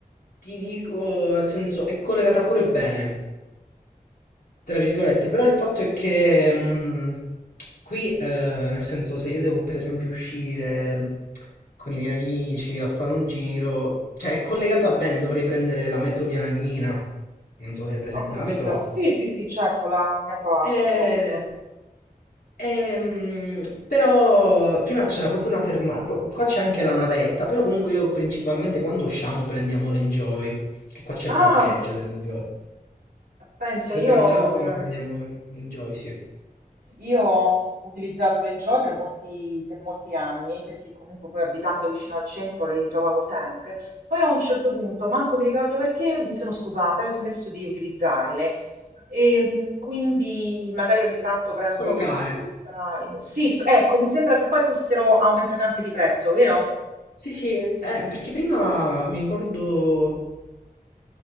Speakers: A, on the left; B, on the right.
A: ti dico, nel senso, è collegata pure bene, tra virgolette, però il fatto è che mh, qui, eh, nel senso, se io devo per esempio uscire mh, con i miei amici a fare un giro, cioè è collegata bene, dovrei prendere la metro di Anagnina, non so se è presente,
B: Ho capito.
A: la metro A.
B: Sì, sì, sì, certo, la metro A,
A: Eh,
B: d'accordo.
A: ehm, però prima c'era proprio una fermata, qua qua c'è anche la navetta, però comunque io principalmente quando usciamo prendiamo l'Enjoy, che qua c'è
B: Ah,
A: il parcheggio dell'Enjoy.
B: pensa,
A: Se
B: io
A: dobbiamo
B: ho,
A: andare a Roma
B: ehm,
A: prendiamo l'Enjoy, sì.
B: io ho utilizzato le Enjoy per molti, per molti anni, perché comunque poi abitando vicino al centro le trovavo sempre. Poi a un certo punto, manco mi ricordo perché, mi sono stufata e ho smesso di utilizzarle. E, mh, quindi magari ogni tanto prendo
A: Sono care.
B: il Cultra. il Mo- Sì, f- ecco, mi sembra che poi fossero aumentate anche di prezzo, vero?
A: Sì, sì, eh, perché prima mi ricordo